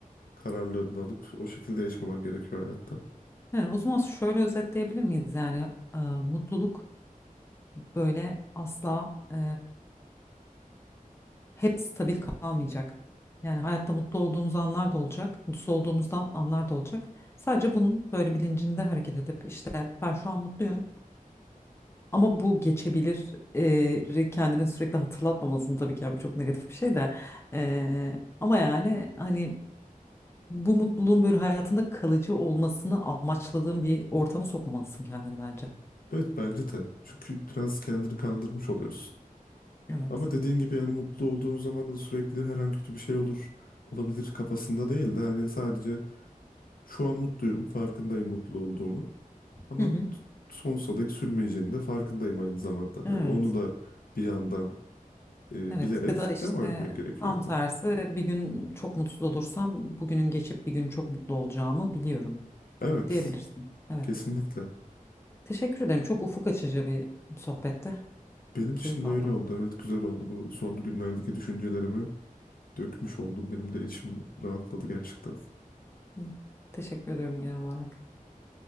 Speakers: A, on the left; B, on the left.
A: kararlarını alıp o şekilde yaşaman gerekiyor hayatta.
B: He, o zaman şöyle özetleyebilir miyiz yani e, mutluluk böyle asla e, hep stabil kalmayacak. Yani hayatta mutlu olduğumuz anlar da olacak, mutsuz olduğumuzda anlar da olacak. Sadece bunun böyle bilincinde hareket edip işte ben şu an mutluyum. Ama bu geçebilir e, kendine sürekli hatırlatmamasını tabii ki yani bu çok negatif bir şey de E, ama yani hani bu mutluluğun böyle hayatında kalıcı olmasını amaçladığın bir ortama sokmamalısın kendini bence.
A: Evet bence de. Çünkü biraz kendini kandırmış oluyorsun.
B: Evet.
A: Ama dediğin gibi yani mutlu olduğun zaman da sürekli her an kötü bir şey olur olabilir kafasında değil de hani sadece şu an mutluyum, farkındayım mutlu olduğumu. Ama
B: Hı hı.
A: sonsuza dek sürmeyeceğini de farkındayım aynı zamanda.
B: Evet.
A: Hani onu da bir yandan e,
B: Evet.
A: bilerek
B: Ya da işte
A: devam etmek gerekiyor
B: tam
A: gibi.
B: tersi bir gün çok mutsuz olursam bugünün geçip bir gün çok mutlu olacağımı biliyorum
A: Evet,
B: diyebilirsin. Evet.
A: kesinlikle.
B: Teşekkür ederim. Çok ufuk açıcı bir sohbette.
A: Benim için
B: Keyif
A: de
B: aldım.
A: öyle oldu. Evet güzel oldu. Bu son günlerdeki düşüncelerimi dökmüş oldum. Benim de içim rahatladı gerçekten.
B: Hı. Teşekkür ediyorum genel olarak.